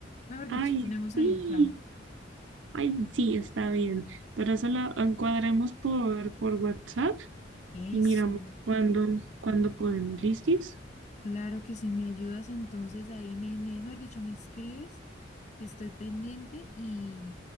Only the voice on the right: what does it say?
Ay,
sí,
ay, sí, está bien. Pero eso lo encuadremos por, por WhatsApp
y miramos cuándo, cuándo podemos. ¿Listis?